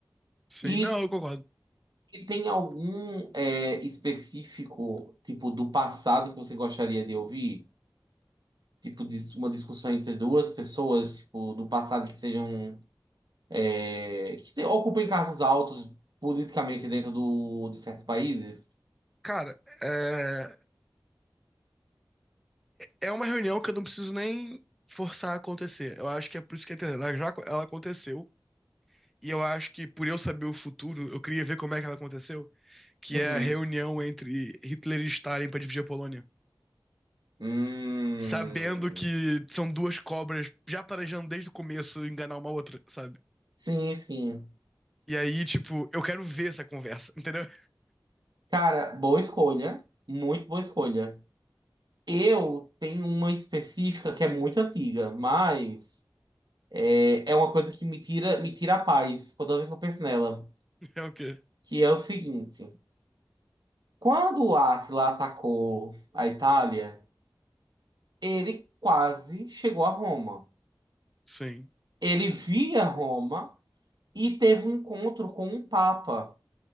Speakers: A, in the centre; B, on the right (about 70°).
A: Sim,
B: E,
A: não, eu concordo.
B: e tem algum é, específico, tipo, do passado que você gostaria de ouvir? Tipo, dis- uma discussão entre duas pessoas, tipo, do passado que sejam... é, que te- ocupem cargos altos politicamente dentro do, de certos países?
A: Cara, é. É uma reunião que eu não preciso nem forçar a acontecer. Eu acho que é por isso que é interessante. Ela já, ela aconteceu. E eu acho que por eu saber o futuro, eu queria ver como é que ela aconteceu, que
B: Uhum.
A: é a reunião entre Hitler e Stalin para dividir a Polônia.
B: Hum,
A: Sabendo que são duas cobras já planejando desde o começo enganar uma outra, sabe?
B: sim, sim.
A: E aí, tipo, eu quero ver essa conversa, entendeu?
B: Cara, boa escolha. Muito boa escolha. Eu tenho uma específica que é muito antiga, mas é, é uma coisa que me tira, me tira a paz toda vez que eu penso nela.
A: <laughs> É o quê?
B: Que é o seguinte: quando o Átila atacou a Itália, ele quase chegou a Roma.
A: Sim,
B: Ele via Roma e teve um encontro com um Papa.